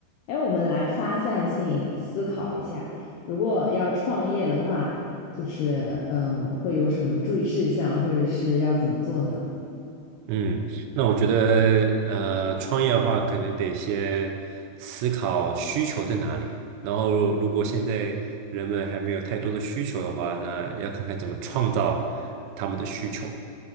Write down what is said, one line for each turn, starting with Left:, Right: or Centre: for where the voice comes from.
Left: 哎，我们来发散性思考一下，如果要创业的话，就是嗯，会有什么注意事项，或者是要怎么做呢？
Right: 嗯，那我觉得，呃，创业的话，可能得先思考需求在哪里。然后，如果现在人们还没有太多的需求的话，那要看看怎么创造他们的需求。